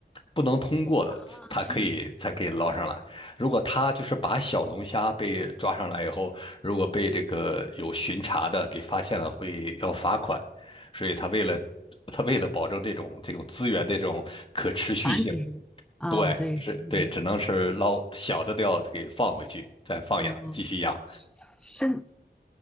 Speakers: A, on the left; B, in the centre.
A: 不能通过的，
B: 啊，
A: 它可以才可以捞上来。
B: 这样子。
A: 如果它就是把小龙虾被抓上来以后，如果被这个有巡查的给发现了，会要罚款。所以它为了它为了保证这种这种资源的这种可持续性，
B: 繁殖啊，
A: 对，
B: 对，
A: 是对，
B: 繁殖，
A: 只能是捞小的都要给放回去，再放养，
B: 哦，
A: 继续养。
B: 生